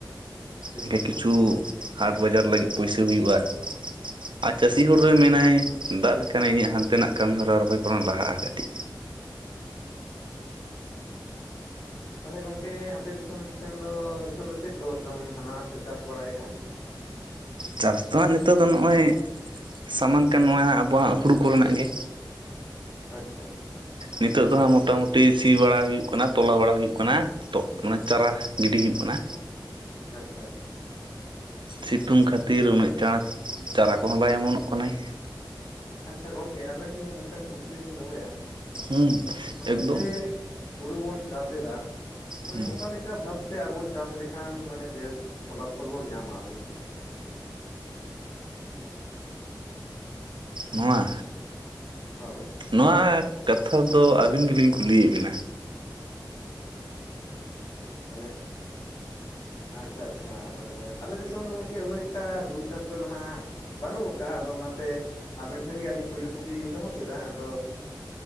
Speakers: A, on the left; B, on the right.
A: ᱴᱷᱤᱠ
B: ᱮᱠᱷᱮ
A: ᱴᱷᱤᱠ
B: ᱠᱤᱪᱷᱩ ᱦᱟᱴ ᱵᱟᱡᱟᱨ ᱞᱟᱹᱜᱤᱫ ᱯᱩᱭᱥᱟᱹ ᱦᱩᱭᱩᱜ-ᱟ᱾ ᱟᱨ ᱪᱟᱹᱥᱤ ᱦᱚᱲ
A: ᱦᱮᱸ
B: ᱫᱚᱭ ᱢᱮᱱᱟᱭ ᱫᱟᱜ ᱞᱮᱠᱟᱱᱮ ᱤᱧᱟᱜ ᱦᱟᱱᱛᱮ ᱱᱟᱜ ᱠᱟᱹᱢᱤ ᱦᱚᱨᱟ ᱨᱚᱦᱚᱭ ᱠᱚᱨᱳᱱ ᱞᱟᱦᱟᱜ-ᱟ ᱠᱟᱹᱴᱤᱡ᱾
A: ᱴᱷᱤᱠ ᱛᱟᱦᱚᱞᱮ ᱜᱚᱝᱠᱮ ᱟᱯᱮ ᱫᱤᱥᱚᱢ ᱥᱮᱱ ᱫᱚ ᱱᱤᱛᱚᱜ ᱫᱚ ᱪᱮᱫ ᱠᱚᱪᱚᱝ ᱦᱟᱱᱟ ᱯᱮ ᱪᱟᱥ ᱵᱟᱲᱟᱭᱮᱫ-ᱟ?
B: ᱪᱟᱥ ᱫᱚ ᱦᱟᱸᱜ ᱱᱤᱛᱚᱜ ᱫᱚ ᱱᱚᱜ-ᱚᱭ ᱥᱟᱢᱟᱝ ᱠᱟᱱ ᱱᱚᱣᱟ ᱦᱟᱸᱜ ᱟᱵᱩᱣᱟᱜ ᱦᱩᱲᱩ ᱠᱚᱨᱮᱱᱟᱜ ᱜᱮ᱾
A: ᱟᱪᱪᱷᱟ
B: ᱱᱤᱛᱳᱜ ᱫᱚ ᱦᱟᱸᱜ ᱢᱚᱴᱟᱢᱩᱴᱤ ᱥᱤ ᱵᱟᱲᱟ ᱦᱩᱭᱩᱜ ᱠᱟᱱᱟ, ᱛᱚᱞᱟ ᱵᱟᱲᱟ ᱦᱩᱭᱩᱜ ᱠᱟᱱᱟ᱾ ᱛᱚᱜ ᱢᱟᱱᱮ ᱪᱟᱨᱟ ᱜᱤᱰᱤ ᱦᱩᱭᱩᱜ ᱠᱟᱱᱟ᱾
A: ᱟᱪᱪᱷᱟ ᱟᱪᱪᱷᱟ
B: ᱥᱤᱛᱩᱝ ᱠᱷᱟᱹᱛᱤᱨ ᱩᱱᱟᱹᱜ ᱪᱟᱪ ᱪᱟᱨᱟ ᱠᱚᱦᱚᱸ ᱵᱟᱭ ᱚᱢᱚᱱᱚᱜ ᱠᱟᱱᱟᱭ᱾
A: ᱟᱪᱪᱷᱟ ᱜᱚᱝᱠᱮ ᱟᱵᱮᱱ ᱴᱷᱮᱱ ᱢᱤᱫ ᱴᱮᱱ ᱠᱩᱠᱞᱤ ᱞᱤᱧ ᱫᱚᱦᱚᱭᱟ᱾
B: ᱦᱩᱸ
A: ᱱᱚᱜ-ᱚᱭ
B: ᱮᱠᱫᱚᱢ
A: ᱡᱮ ᱦᱩᱲᱩ ᱵᱩᱱ ᱪᱟᱥ ᱮᱫᱟ ᱢᱟᱱᱮ
B: ᱦᱩᱸ
A: ᱚᱠᱟ ᱞᱮᱠᱟ ᱚᱠᱟ ᱵᱷᱟᱵᱛᱮ ᱟᱵᱚ ᱪᱟᱥ ᱞᱮᱠᱷᱟᱱ ᱢᱟᱱᱮ ᱵᱮᱥ ᱯᱷᱚᱞᱟᱯᱷᱚᱞ ᱵᱚᱱ ᱧᱟᱢᱟ ᱟᱵᱚ᱾
B: ᱱᱚᱣᱟ?
A: ᱦᱳᱭ
B: ᱱᱚᱣᱟ ᱠᱟᱛᱷᱟ ᱫᱚ ᱟᱵᱤᱱ ᱜᱮᱞᱤᱧ ᱠᱩᱞᱤᱭᱮᱫ ᱵᱤᱱᱟ᱾
A: ᱢᱟᱱᱮ ᱟᱪᱪᱷᱟ ᱟᱪᱪᱷᱟ ᱢᱟᱱᱮ ᱟᱞᱮ ᱫᱤᱥᱚᱢ ᱫᱚ ᱜᱚᱝᱠᱮ ᱩᱱᱟᱹᱜ ᱮᱠᱴᱟ ᱦᱩᱲᱩ ᱪᱟᱥ ᱫᱚ ᱱᱟᱦᱟᱜ ᱵᱟᱹᱱᱩᱜ ᱠᱟᱜ-ᱟ᱾ ᱟᱫᱚ ᱚᱱᱟᱛᱮ ᱟᱵᱮᱱ ᱴᱷᱮᱱ ᱜᱮ ᱟᱹᱞᱤᱧ ᱯᱳᱭᱞᱩ ᱠᱩᱠᱞᱤ ᱞᱤᱧ ᱫᱚᱦᱚ ᱠᱮᱫᱟ ᱟᱫᱚ᱾